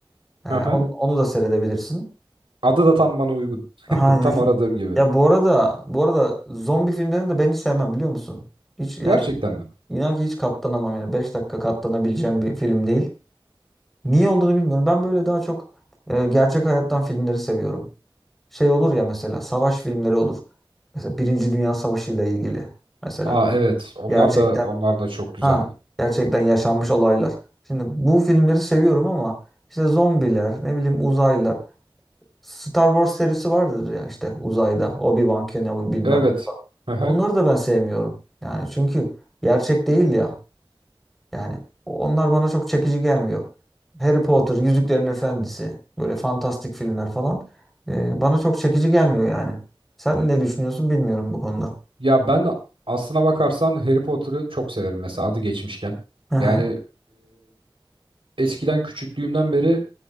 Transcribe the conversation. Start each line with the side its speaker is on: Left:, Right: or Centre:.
Centre: Ee,
Right: Hı
Centre: onu,
Right: hı.
Centre: onu da seyredebilirsin.
Right: Adı da tam bana uygun. <laughs>
Centre: Aynen.
Right: Tam aradığım
Centre: <laughs>
Right: gibi.
Centre: Ya bu arada bu arada zombi filmlerini de ben hiç sevmem biliyor musun? Hiç yani
Right: Gerçekten mi?
Centre: İnan ki hiç katlanamam yani 5 dakika katlanabileceğim bir film değil. Niye olduğunu bilmiyorum. Ben böyle daha çok e, gerçek hayattan filmleri seviyorum. Şey olur ya mesela savaş filmleri olur. Mesela Birinci Dünya Savaşı ile ilgili mesela
Right: Aa evet. Onlar
Centre: gerçekten
Right: da onlar da çok güzel.
Centre: ha gerçekten yaşanmış olaylar. Şimdi bu filmleri seviyorum ama işte zombiler, ne bileyim uzaylılar. Star Wars serisi vardır ya işte uzayda Obi-Wan Kenobi bilmem.
Right: Evet.
Centre: ne falan.
Right: Hı hı.
Centre: Onları da ben sevmiyorum. Yani çünkü gerçek değil ya. Yani onlar bana çok çekici gelmiyor. Harry Potter, Yüzüklerin Efendisi, böyle fantastik filmler falan e, bana çok çekici gelmiyor yani. Sen ne düşünüyorsun bilmiyorum bu konuda.
Right: Ya ben aslına bakarsan Harry Potter'ı çok severim mesela adı geçmişken.
Centre: Hı hı.
Right: Yani eskiden küçüklüğümden beri